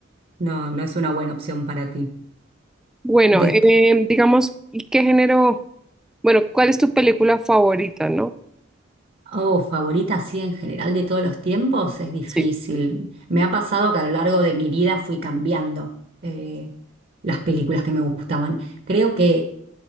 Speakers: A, on the right; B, in the centre.
A: no, no es una buena opción para ti.
B: bueno,
A: Desp-
B: eh, digamos, ¿y qué género? Bueno, ¿cuál es tu película favorita, no?
A: oh, favorita así en general de todos los tiempos, es difícil.
B: Sí.
A: Me ha pasado que a lo largo de mi vida fui cambiando eh, las películas que me gustaban. Creo que